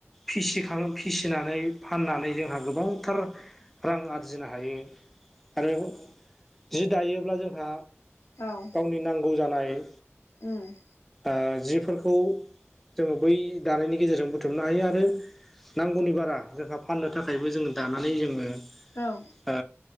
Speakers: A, in the centre; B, on the left (about 80°).
A: फिसिखां फिसिनानै फाननानै जोंहा गोबांथार रां आरजिनो हायो आरो जि दायोब्ला जोंहा
B: औ
A: गावनि नांगौ जानाय
B: उम
A: ओ जिफोरखौ जोङो बै दानायनि गेजेरजों बुथुमनो हायो आरो नांगौनि बारा जोंहा फाननो थाखायबो जोङो दानानै जोङो
B: औ
A: ओ